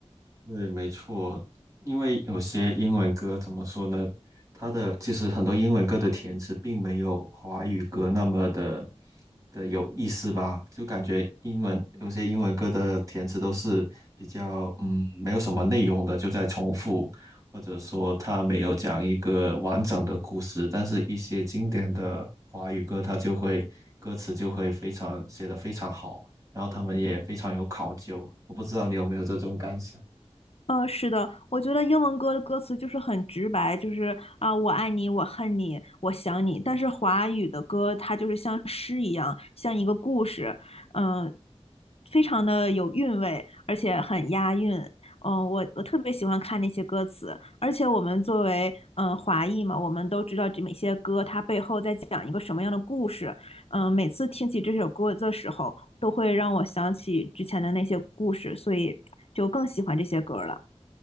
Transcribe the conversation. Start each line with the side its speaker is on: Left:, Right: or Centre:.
Right: 对，没错，因为有些英文歌怎么说呢？它的其实很多英文歌的填词并没有华语歌那么的的有意思吧，就感觉英文有些英文歌的填词都是比较嗯没有什么内容的，就在重复，或者说它没有讲一个完整的故事，但是一些经典的华语歌，它就会歌词就会非常写得非常好，然后他们也非常有考究，我不知道你有没有这种感想。
Left: 呃，是的，我觉得英文歌的歌词就是很直白，就是啊、我爱你，我恨你，我想你。但是华语的歌，它就是像诗一样，像一个故事，嗯、非常的有韵味，而且很押韵。嗯、我我特别喜欢看那些歌词，而且我们作为嗯、呃华裔嘛，我们都知道这每些歌它背后在讲一个什么样的故事。嗯、每次听起这首歌的时候，都会让我想起之前的那些故事，所以就更喜欢这些歌了。